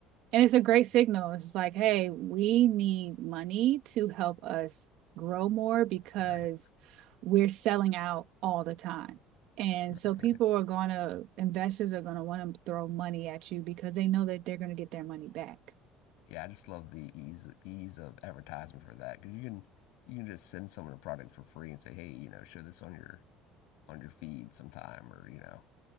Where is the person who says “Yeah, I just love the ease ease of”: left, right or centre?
Left